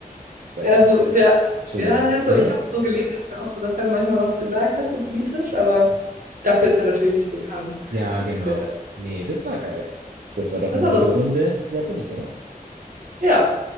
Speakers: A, on the right (about 80°); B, on the right (about 65°).
A: sag
B: Also,
A: ich mal,
B: der,
A: Stellungen,
B: ja, der hat
A: ja?
B: so, ich habe so gelesen, auch so, dass er manchmal was gesagt hat, so politisch, aber dafür ist er natürlich nicht bekannt.
A: Ja, genau.
B: so jetzt,
A: Nee, das war geil. Das war doch
B: das
A: eine
B: ist ja
A: gute
B: lustig.
A: Runde. Wer bin ich, oder?
B: Ja.